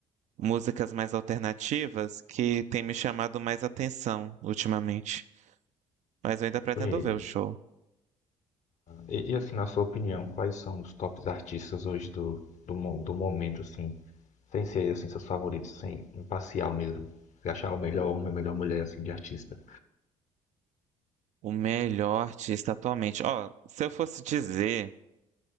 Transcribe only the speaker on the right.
músicas mais alternativas que tem me chamado mais atenção ultimamente. Mas eu ainda pretendo
ver o show.
O melhor artista atualmente. Ó, se eu fosse dizer,